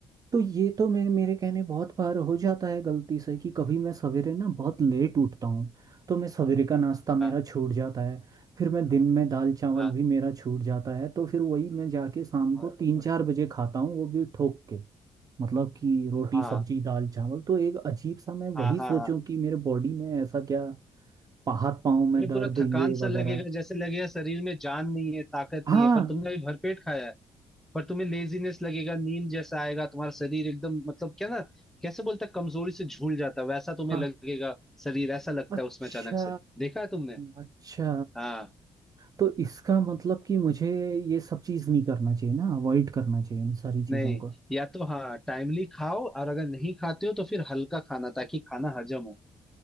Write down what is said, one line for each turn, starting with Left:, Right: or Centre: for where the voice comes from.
Right: तो ये तो मेरे मेरे कहने बहुत बार हो जाता है गलती से कि कभी मैं सवेरे ना बहुत लेट उठता हूँ तो मैं सवेरे का नाश्ता मेरा
Centre: हाँ
Right: छूट जाता है फिर मैं दिन में दाल चावल
Centre: हाँ
Right: भी मेरा छूट जाता है तो फिर वही मैं जाके शाम
Centre: हाँ
Right: को तीन चार बजे खाता हूँ वो भी ठोक के मतलब कि रोटी
Centre: हाँ
Right: सब्जी दाल चावल तो एक अजीब सा मैं वही
Centre: हाँ हाँ
Right: सोचूं
Centre: हाँ।
Right: कि मेरे बॉडी में ऐसा क्या पा- हाथ पाँव में
Centre: तुम्हें
Right: दर्द
Centre: पूरा
Right: ये
Centre: थकान सा
Right: वगैरह
Centre: लगेगा जैसे लगेगा शरीर में जान नहीं है ताकत
Right: हाँ
Centre: नहीं है पर तुमने अभी भरपेट खाया है पर तुम्हें लेजीनेस लगेगा नींद जैसा आएगा तुम्हारा शरीर एकदम मतलब क्या ना कैसे बोलता है कमजोरी से झूल जाता है वैसा तुम्हें
Right: हाँ
Centre: लगेगा शरीर ऐसा लगता
Right: अच्छा
Centre: है उसमें अचानक से देखा है तुमने
Right: अच्छा
Centre: हाँ
Right: तो इसका मतलब कि मुझे ये सब चीज़ नहीं करना चाहिए ना अवॉइड करना चाहिए इन सारी चीज़ों
Centre: नहीं
Right: को
Centre: या तो हाँ टाइमली खाओ और अगर नहीं खाते हो तो फिर हल्का खाना ताकि खाना हजम हो